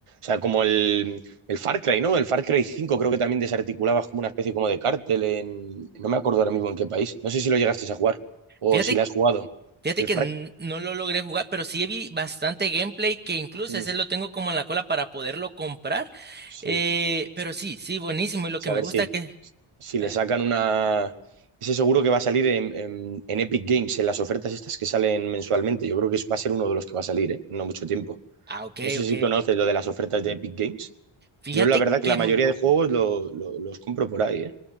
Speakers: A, on the right (about 85°); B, on the right (about 20°).
A: sea, como el, el Far Cry, ¿no? El Far Cry cinco, creo que también desarticulabas como una especie como de cártel en... No me acuerdo ahora mismo en qué país. No sé si lo llegaste a jugar o
B: Fíjate,
A: si lo has jugado.
B: fíjate
A: El
B: que
A: Far...
B: n- no lo logré jugar, pero sí vi bastante gameplay que incluso
A: Mm,
B: ese lo tengo como en la cola para poderlo comprar.
A: Sí.
B: Eh, pero sí, sí, buenísimo. Y lo
A: O
B: que
A: sea,
B: me
A: a ver
B: gusta
A: si,
B: que...
A: si
B: Ah,
A: le sacan una... Ese seguro que va a salir en, en- en Epic Games, en las ofertas estas que salen mensualmente. Yo creo que va a ser uno de los que va a salir, ¿eh? No mucho tiempo.
B: ah, ok,
A: No sé
B: ok.
A: si conoces lo de las ofertas de Epic Games.
B: Fíjate
A: Yo la verdad que
B: que
A: la mayoría
B: muy poco.
A: de juegos lo- lo- los compro por ahí, ¿eh?